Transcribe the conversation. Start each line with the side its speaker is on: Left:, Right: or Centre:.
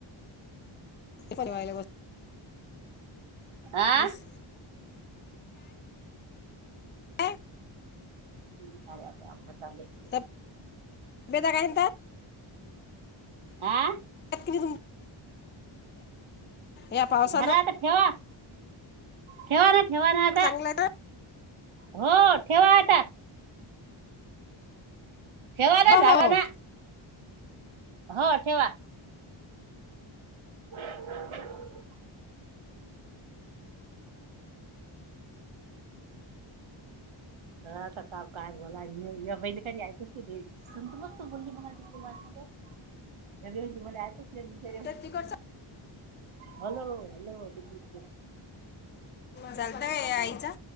Left: ते पण वयला. बस
Right: आं.
Left: काय?
Right: <unintelligible> झालंय आता होत आलंय.
Left: <unintelligible>
Right: आ?
Left: <unintelligible> या पावसानं
Right: झाल आता ठेवा. ठेवा ना, ठेवा ना आता.
Left: चांगलं आहे ना
Right: हो ठेवा आता ठेवाला
Left: हो
Right: झाला
Left: हो
Right: ना.
Left: हो
Right: हो ठेवा. <unintelligible> ह आता का काय बोला महिले कधी ऐकस तु. संग मस्त बोलली तु माझ्या संग. <unintelligible>
Left: ते तिकडचं
Right: हॅलो, हॅलो, हॅलो <unintelligible>
Left: चालतंय आईचा